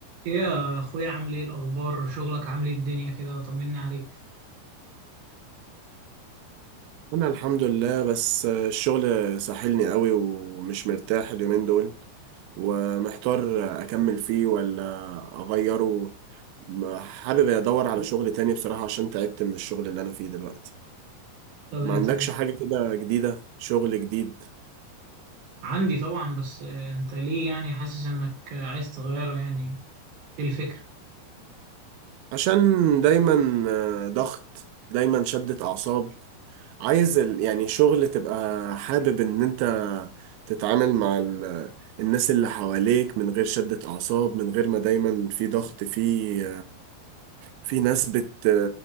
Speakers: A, on the right (about 70°); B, on the right (about 85°).
A: ايه يا اخويا عامل ايه الاخبار شغلك عامل ايه الدنيا كده طمني عليك
B: انا الحمد لله بس الشغل ساحلني قوي ومش مرتاح اليومين دول ومحتار اكمل فيه ولا اغيره حابب ادور على شغل تاني بصراحة عشان تعبت من الشغل اللي انا فيه دلوقتي
A: طب
B: ما
A: انت
B: عندكش حاجة كده جديدة شغل جديد
A: عندي طبعا بس آه، انت ليه يعني حاسس انك آه، عايز تغيره يعني ايه الفكرة
B: عشان دايما آه، ضغط دايما شدة اعصاب عايز ال... يعني شغل تبقى حابب ان انت تتعامل مع ال... الناس اللي حواليك من غير شدة اعصاب من غير ما دايما في ضغط في في ناس بت